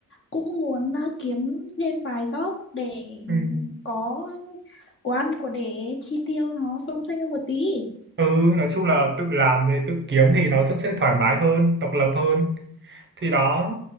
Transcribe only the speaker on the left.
cũng muốn à, kiếm thêm vài job để
có của ăn của để chi tiêu nó xông xênh hơn một tí